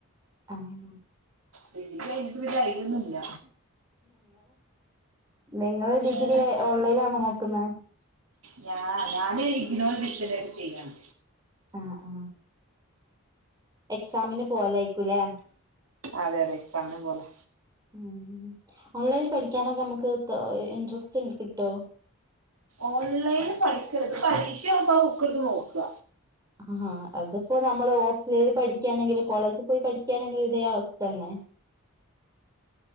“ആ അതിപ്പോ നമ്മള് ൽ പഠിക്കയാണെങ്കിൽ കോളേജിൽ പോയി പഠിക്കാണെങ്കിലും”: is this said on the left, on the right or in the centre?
Right